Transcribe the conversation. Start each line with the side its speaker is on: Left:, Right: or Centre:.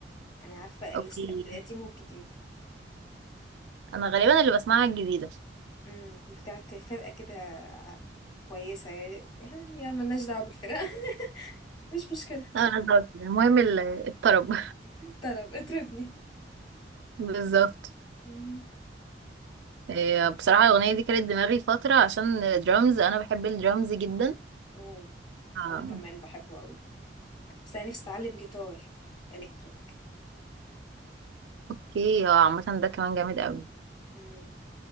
Left: انا عارفه
Right: اوكي
Left: الستايل القديم والجديد
Right: انا غالبا اللي بسمعها الجديده
Left: امم بتاعت فرقه كده كويسه يعني يعني ملناش دعوه بالفرقه <laughs> مش مشكله
Right: لا بالظبط المهم ال- الطرب
Left: طرب اطربني
Right: <laughs> بالظبط
Left: مم.
Right: إيه، بصراحة الأغنية دي كانت دماغي فترة عشان درامز أنا بحب الدرامز جدا
Left: اوه
Right: آه،
Left: وانا كمان بحبه قوي بس انا نفسي اتعلم جيتار الكتريك
Right: اوكي اه عامة ده كمان جامد قوي
Left: امم